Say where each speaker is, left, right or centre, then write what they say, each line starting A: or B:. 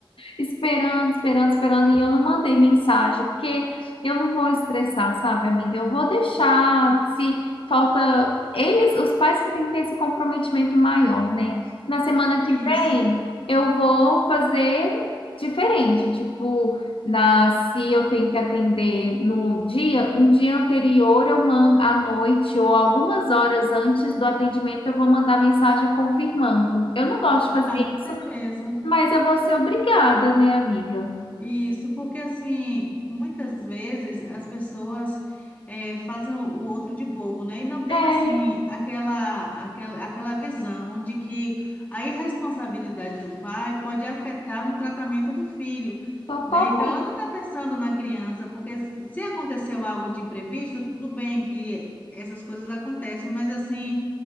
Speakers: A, on the left; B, on the left.
A: esperando, esperando, esperando, e eu não mandei mensagem, porque eu não vou estressar, sabe, amiga? Eu vou deixar, se falta eles, os pais que têm que ter esse comprometimento maior, né? Na semana que
B: Isso.
A: vem eu vou fazer diferente, tipo, na se eu tenho que atender no dia, um dia anterior eu mando à noite ou algumas horas antes do atendimento eu vou mandar mensagem confirmando. Eu não gosto de
B: Ah,
A: fazer
B: com
A: isso.
B: certeza.
A: Mas eu vou ser obrigada, né, amiga?
B: Isso, porque assim, muitas vezes as pessoas eh, fazem o o outro de bobo, né? E não tem
A: É,
B: assim aquela, aquela, aquela visão de que a irresponsabilidade do pai pode afetar no tratamento do filho,
A: totalmente.
B: né? Então ela não está pensando na criança, porque se aconteceu algo de imprevisto, tudo bem que essas coisas acontecem, mas assim,